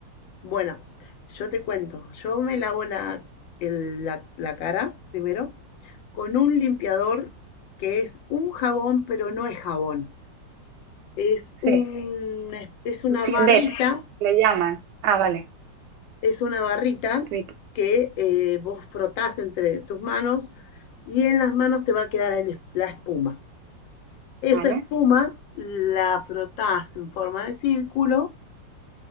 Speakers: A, on the left; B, on the right.
A: Bueno, yo te cuento, yo me lavo la, el- la- la cara primero con un limpiador que es un jabón, pero no es jabón. Es
B: Sí,
A: un, es una
B: Sindet,
A: barrita,
B: le llaman. Ah, vale,
A: es una barrita
B: Ritu,
A: que eh, vos frotás entre tus manos y en las manos te va a quedar el es- la espuma. Esa
B: vale.
A: espuma la frotás en forma de círculo